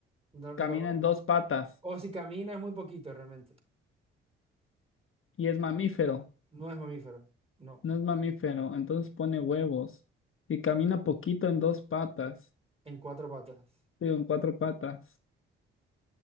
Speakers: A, on the right (about 20°); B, on the left (about 45°).
A: No, lo-
B: Camina en dos patas.
A: o si camina es muy poquito realmente.
B: Y es mamífero.
A: No es mamífero, no.
B: No es mamífero. Entonces pone huevos. Y camina poquito en dos patas.
A: En cuatro patas,
B: Digo, en cuatro patas.